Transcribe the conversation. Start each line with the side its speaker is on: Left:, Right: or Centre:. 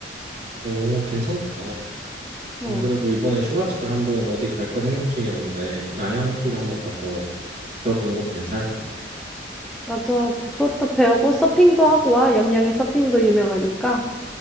Right: 오, 괜찮다.
Centre: 어,
Right: 안 그래도 이번에 휴가철에 한번 어디 갈까 생각 중이었는데 양양 쪽에 한번 가서 배워보는 것도 괜찮을 것 같아.
Centre: 맞아. 그것도 배우고 서핑도 하고 와. 양양에 서핑도 유명하니까.